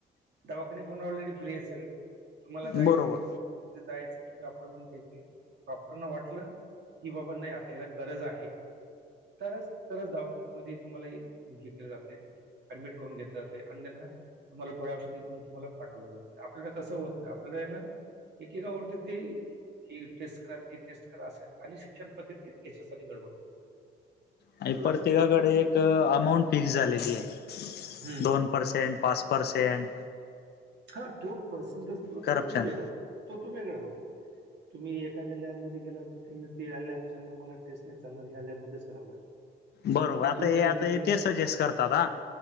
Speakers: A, on the right; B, on the left.
A: दवाखाने पून्हा ऑलरेडी फ्री आहेत सगळे तुम्हाला जायचं.
B: बरोबर
A: जायच तुम्ही अपॉइंटमेंट घ्यायचे डॉक्टरना वाटलं की बाबा नाही आता याला गरज आहे. तरच तरच दवाखान्यामध्ये तुम्हाला घेतल जातंय ऍडमिट करून घेतलं जाते अन्यथा तुम्हाला गोळा औषधी देऊन तुम्हाला पाठवलं जाते आपल्याला तसं होत नाही आपल्याला ये ना. एकेकवरती ते ही टेस्ट करा ती टेस्ट करा अस आणि शिक्षण पद्धती <unintelligible> गडबड
B: आणि प्रत्येकाकडे
A: लक्षात ठेवा.
B: एक अमाऊंट फिक्स झालेली आहे
A: हं.
B: दोन. परसेंट पाच परसेंट.
A: हा तो पर्सटेज तो
B: करप्शन
A: तो रोल वेगळा तो तो वेगळा रोल. तुम्ही एखा्या लॅबमध्ये गेला तर त्यां लॅबच्यान मला टेस्ट नाही चालणार ह्या लॅबमध्येच करावं लागेल.
B: बरोबर
A: इथून
B: आता
A: गेला
B: आता
A: तर तुम्ही
B: ते सजेस्ट करतात हा